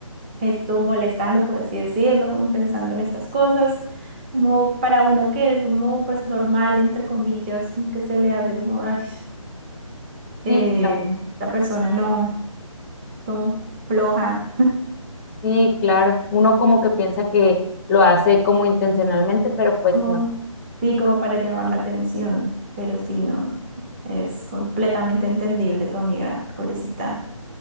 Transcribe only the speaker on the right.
esto molestando, por así decirlo, como pensando en estas cosas, como para uno que es como pues normal, entre comillas, que se le hace como, ay, eh,
la persona no, como floja,
<laughs>
como,
sí, como para llamar la atención, pero sí, no, es completamente entendible tu amiga, pobrecita.